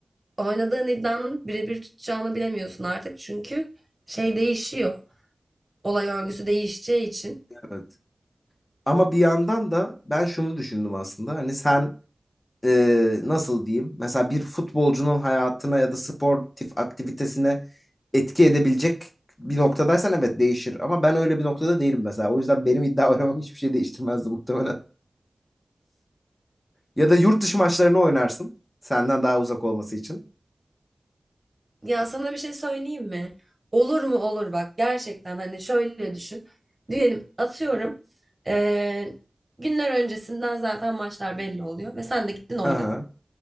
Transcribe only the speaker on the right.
oynadığın iddianın birebir tutacağını bilemiyorsun artık çünkü şey değişiyor. Olay örgüsü değişeceği için.
Ya sana bir şey söyleyeyim mi? Olur mu olur bak gerçekten hani şöyle düşün. Diyelim atıyorum eee, günler öncesinden zaten maçlar belli oluyor ve sen de gittin oynadın.